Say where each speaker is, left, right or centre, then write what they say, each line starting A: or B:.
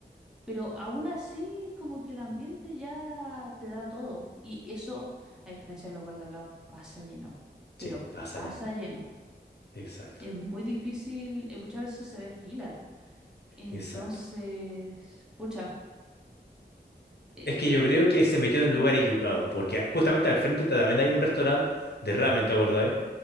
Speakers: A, in the centre; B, on the left (about 65°).
A: pero aún así como que el ambiente ya te da todo. Y eso, a diferencia del local de al lado, pasa lleno, pero
B: Sí, pasa
A: pasa
B: llena.
A: lleno.
B: Exacto,
A: Es muy difícil, eh, muchas veces se ve fila. Entonces,
B: exacto.
A: pucha, eh,
B: Es que yo creo que se metió en el
A: ¿Mm?
B: lugar equivocado, porque justamente al frente también hay un restaurante de ramen, ¿te acordáis?